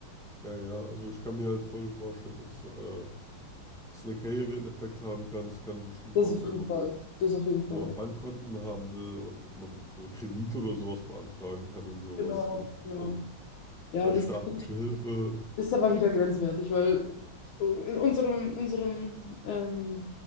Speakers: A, in the centre; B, on the left.
A: Ja, ja, also ich kann mir halt voll vorstellen, dass äh, es in Karriere einen Effekt haben kann. Es kann bestimmt
B: Das
A: auch,
B: auf
A: wenn
B: jeden
A: man,
B: Fall. Das auf jeden Fall,
A: wenn man
B: ja.
A: Bankkonten haben will oder ob man so Kredite oder sowas beantragen kann und sowas,
B: Genau,
A: 100%.
B: genau. Ja,
A: Ja,
B: und
A: staatliche
B: das, das
A: Hilfe.
B: ist aber wieder grenzwertig, weil so in unserem, in unserem ähm,